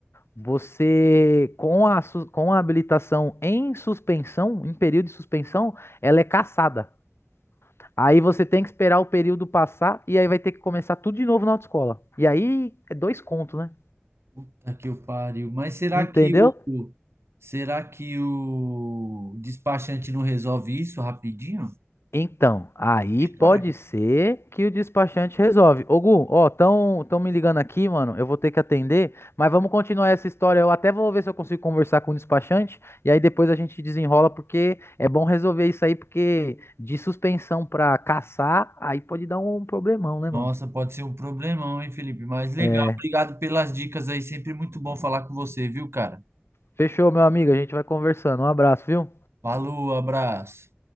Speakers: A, on the left; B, on the right.
A: você, com a, sus- com a habilitação em suspensão, em período de suspensão, ela é cassada. Aí você tem que esperar o período passar e aí vai ter que começar tudo de novo na autoescola. E aí é dois contos, né?
B: Puta que o pariu. Mas será
A: Entendeu?
B: que o será que o despachante não resolve isso rapidinho?
A: Então, aí
B: Ih,
A: pode
B: caralho.
A: ser que o despachante resolve. Ô, Gu, ó, tão, tão me ligando aqui, mano. Eu vou ter que atender, mas vamos continuar essa história. Eu até vou ver se eu consigo conversar com o despachante e aí depois a gente desenrola, porque é bom resolver isso aí, porque de suspensão pra caçar, aí pode dar um problemão, né,
B: Nossa,
A: mano?
B: pode ser um problemão, hein, Felipe? Mas legal,
A: É,
B: obrigado pelas dicas aí. Sempre muito bom falar com você, viu, cara?
A: fechou, meu amigo. A gente vai conversando. Um abraço, viu?
B: Falou, abraço.